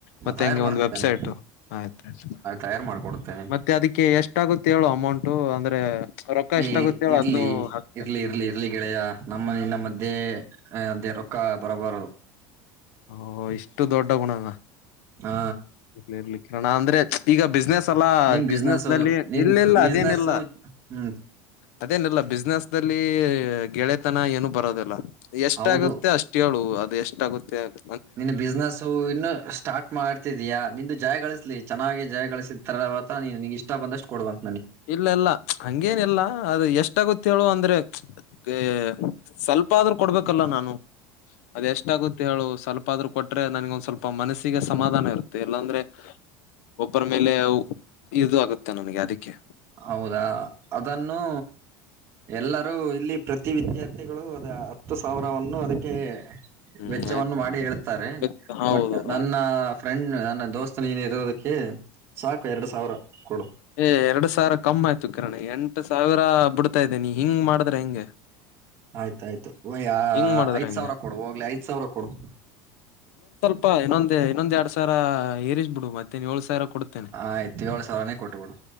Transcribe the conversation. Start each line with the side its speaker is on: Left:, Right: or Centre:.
Left: ಮತ್ತೆ
Right: ತಯಾರು
Left: ಹಂಗೆ
Right: ಮಾಡ್ತೇನೆ
Left: ಒಂದ್ ವೆಬ್ಸೈಟು ಆಯ್ತು
Right: ತಯಾರು ಮಾಡ್ಕೊಡ್ತೇನೆ
Left: ಮತ್ತೆ ಅದಿಕ್ಕೆ ಎಷ್ಟಾಗುತ್ ತ್ತೇಳು ಅಮೌಂಟು ಅಂದ್ರೆ ರೊಕ್ಕ ಎಷ್ಟಾಗುತ್ತೆ
Right: ಏ
Left: ಹೇಳು
Right: ಇರ್ಲಿ
Left: ಅದ್ನು ಹಾಕ್ತೇನೆ
Right: ಇರ್ಲಿ ಇರ್ಲಿ ಇರ್ಲಿ ಗೆಳೆಯ ನಮ್ಮ ನಿನ್ನ ಮಧ್ಯೆ ಏ ಅದೆ ರೊಕ್ಕ ಬರಬಾರದು
Left: ಓ ಇಷ್ಟು ದೊಡ್ಡ ಗುಣನ
Right: ಹಾ
Left: ಇರ್ಲಿ ಇರ್ಲಿ ಕಿರಣ ಅಂದ್ರೆ ಈಗ ಬಿಸ್ನೆಸ್ ತ್ತಲ್ಲಾ
Right: ನಿನ್ ಬಿಸ್ನೆಸ್
Left: ಬಿಸ್ನೆಸ್ನಲ್ಲಿ
Right: ನಿನ್
Left: ಇಲ್ಲ ಇಲ್ಲ
Right: ಬಿಸ್ನೆಸ್
Left: ಅದೇನಿಲ್ಲ
Right: ಹ್ಮ್
Left: ಅದೇನಿಲ್ಲ ಬಿಸ್ನೆಸ್ದಲ್ ಲ್ಲೀ ಗೆಳೆತನ ಏನು ಬರೋದಿಲ್ಲ ಎಷ್ಟ್
Right: ಹೌದು
Left: ಆಗುತ್ತೆ ಅಷ್ಟ್ ಹೇಳು ಅದ್ ದು ಎಷ್ಟಾಗುತ್ತೆ ಅದ್
Right: ನಿನ್ ಬಿಸ್ನಸ್ಸು ಇನ್ನು ಸ್ಟಾರ್ಟ್ ಮಾಡ್ತ್ ತಿದಿಯಾ ನಿಂದು ಜಾಯ್ ಗಳಸ್ಲಿ ಚೆನ್ನಾಗಿ ಜಾಯ್ <unintelligible> ಅವತ್ತ ನೀನು ನಿಂಗ್ ಇಷ್ಟ ಬಂದಷ್ಟು ಕೊಡುವನ್
Left: ಇಲ್ಲ ಇಲ್ಲ ಹಂಗೇನಿಲ್ಲ ಅದು ಎಷ್ಟಾಗುತ್ ಹೇಳು ಅಂದ್ರೆ ಏ ಸ್ವಲ್ಪ ಆದ್ರೂ ಕೊಡ್ಬೇಕಲ್ಲ ನಾನು ಅದ್ ಎಷ್ಟಾಗುತ್ ಹೇಳು ಸ್ವಲ್ಪ್ ಪಾದ್ರು ಕೊಟ್ಟ್ರೆ ನನಿಗ್ ಒಂದ್ ಸ್ವಲ್ಪ ಮನಸ್ಸಿಗೆ ಸಮಾಧಾನ ಇರು ತ್ತೆ ಇಲ್ಲಾಂದ್ರೆ ಒಬ್ಬರ ಮೇ ಲೇವ್ ಇದು ಆಗುತ್ತೆ ನನಿಗೆ ಅದಿಕ್ಕೆ
Right: ಹೌದಾ ಅದನ್ನು ಎಲ್ಲರೂ ಇಲ್ಲಿ ಪ್ರತಿ ವಿದ್ಯಾರ್ಥಿಗಳು ಅದ ಹತ್ತು ಸಾವಿರವನ್ನು ಅದಕ್ಕೆ
Left: ಹ್ಮ್
Right: ವೆಚ್ಚವನ್ನು ಮಾಡಿ ಹೇಳ್ತಾರೆ
Left: ಆಯ್ತು ಹೌದು
Right: ಬಟ್ ನನ್ನ
Left: ಆಯ್ತು
Right: ಫ್ರೆಂಡ್ ನನ್ನ ದೋಸ್ತ ನೀನು ಇರೋದಕ್ಕೆ ಸಾಕು ಎರಡು ಸಾವಿರ ಕೊಡು
Left: ಏ ಎರಡು ಸಾವಿರ ಕಮ್ ಆಯ್ತು ಕಿರಣ ಎಂಟು ಸಾವಿರ ಬಿಡ್ತಾ ಇದ್ದೇನಿ ಹಿಂಗ್ ಮಾಡಿದ್ರೆ ಹೆಂಗೆ
Right: ಆಯ್ತಾಯ್ತು ಒಯ್ ಯಾ
Left: ಹಿಂಗ್ ಮಾಡಿದ್ರೆ
Right: ಐದ್
Left: ಹೆಂಗೆ
Right: ಸಾವ್ರ ಕೊಡು ಹೋಗ್ಲಿ ಐದ್ ಸಾವ್ರ ಕೊಡು
Left: ಪಾ ಇನ್ನೊಂದೇ ಇನ್ನೊಂದ್ ಎರಡ್ ಸಾವ್ರ ಏರಿಸ್ಬಿಡು ಮತ್ತೆ ನೀನ್ ಯೋಳ್ ಸಾವ್ರ ಕೊಡ್ತೆನೆ
Right: ಆಯ್ತು ಏಳು ಸಾವಿರನೇ ಕೊಟ್ಟುಬಿಡು